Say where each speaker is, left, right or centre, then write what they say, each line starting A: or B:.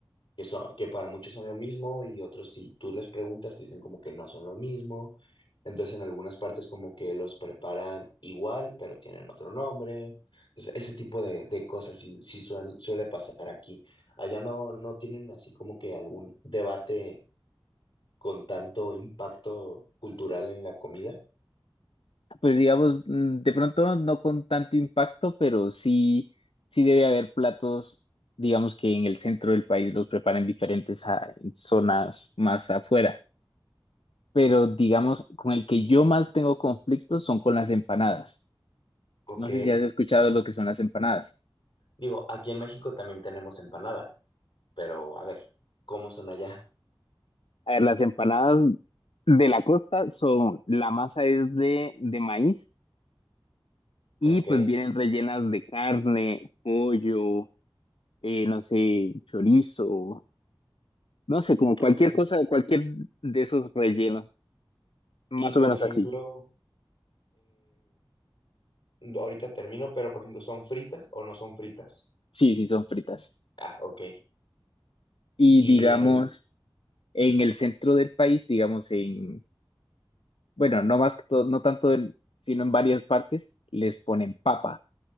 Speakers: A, on the left; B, on the left.
A: que, son, que para muchos son lo mismo y otros si tú les preguntas te dicen como que no son lo mismo. Entonces en algunas partes como que los preparan igual, pero tienen otro nombre. Entonces, ese tipo de, de cosas sí, sí suel- suele pasar aquí. Allá no, no tienen así como que algún debate con tanto impacto cultural en la comida.
B: pues digamos, mm, de pronto no con tanto impacto, pero sí, sí debe haber platos, digamos que en el centro del país los preparan diferentes a en zonas más afuera. Pero digamos, con el que yo más tengo conflictos son con las empanadas.
A: Ok.
B: No sé si has escuchado lo que son las empanadas.
A: Digo, aquí en México también tenemos empanadas, pero a ver, ¿cómo son allá?
B: A ver, las empanadas de la costa son, la masa es de, de maíz y
A: Ok,
B: pues vienen rellenas de carne, pollo, eh, no sé, chorizo, no sé, como cualquier
A: ok.
B: cosa, cualquier de esos rellenos, más
A: Y por
B: o menos
A: ejemplo,
B: así.
A: Ahorita termino, pero por ejemplo, ¿son fritas o no son fritas?
B: Sí, sí, son fritas.
A: Ah, ok.
B: Y
A: Y
B: digamos,
A: en el...
B: en el centro del país, digamos en, bueno, no más que todo, no tanto, en- sino en varias partes, les ponen papa.